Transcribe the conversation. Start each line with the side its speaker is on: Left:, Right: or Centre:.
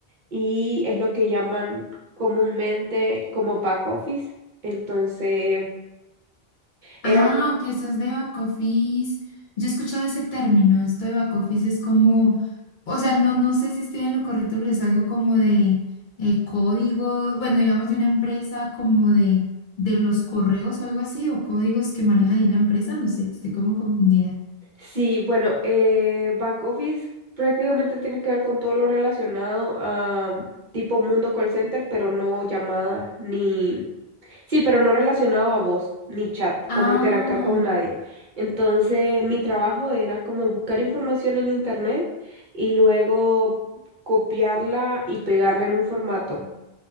Right: y es lo que llaman comúnmente como back office. Entonces, era,
Left: Ah,
Right: un-
Left: ok, eso es de back office. Yo he escuchado ese término, esto de back office es como, o sea, no, no sé si estoy en lo correcto, pero es algo como de eh, código, bueno, digamos de una empresa como de, de los correos o algo así, o códigos que manejan en la empresa, no sé, estoy como confundida.
Right: sí, bueno, eh, back office prácticamente tiene que ver con todo lo relacionado a tipo mundo call center, pero no llamadas ni, sí, pero no relacionado a voz ni chat,
Left: Ah,
Right: como interactuar con nadie. Entonces, mi trabajo era como buscar información en internet y luego copiarla y pegarla en un formato.